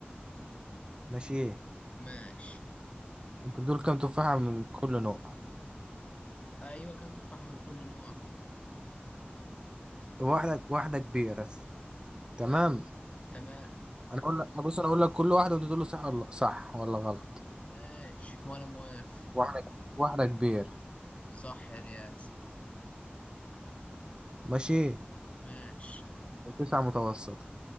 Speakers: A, on the right; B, on the left.
A: ماشي
B: ماشي
A: انت دول كام تفاحة من كل نوع
B: ايوه كام تفاحة من كل نوع
A: واحدة واحدة كبيرة
B: تمام
A: تمام
B: تمام
A: انا اقول لك بص انا اقول لك كل واحدة وانت تقول لي صح ولا صح ولا غلط
B: ماشي وانا موافق
A: واحدة واحدة كبيرة
B: صح يا رياس
A: ماشي
B: ماشي
A: وتسعة متوسطة